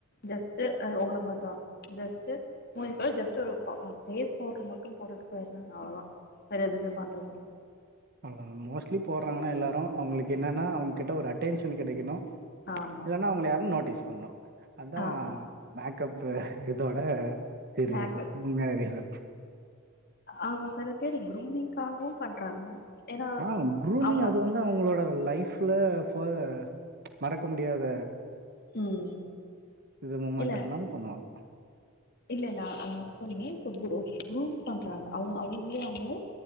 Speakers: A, on the left (about 50°); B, on the right (about 45°).
A: ஜஸ்ட் அ உங்கள மாரிதா ஜஸ்ட் மூஞ்சிக்லா ஜஸ்ட்டு ஒரு க பேஸ் பவுடர் மட்டு போட்டுட்டு வேற என்ன அவ்வளதா வேற எதுமே பண்றது இல்ல
B: அவங்க மோஸ்ட்லி போட்றாங்கன்னா எல்லாரு அவங்களுக்கு என்னன்னா அவங்ககிட்ட ஒரு அட்டென்ஷன் கிடைக்கணு
A: ஆமா
B: இல்லன்னா அவங்கள யாருன்னு நோட்டீஸ் பண்ணணு அதா
A: ஆமா
B: மேக்கப் இதோட இது
A: மேக்கப்
B: உண்மையான ரீசன்
A: ஆமா சில பேரு குரூமிங்க்காகவு பண்றாங்க ஏன்னா
B: ஆ குரூமிங்
A: அவங்க
B: அது
A: அப்ப
B: வந்து அவங்களோட லைஃப்ல ஃப மறக்க முடியாத
A: ம்
B: இது முமெண்ட்றனால
A: இல்ல
B: பண்ணுவாங்க
A: இல்ல இல்ல அ ஆக்சுவலி இப்ப கு குரூம் பண்றாங்க அவங் அவங்களே அவங்கள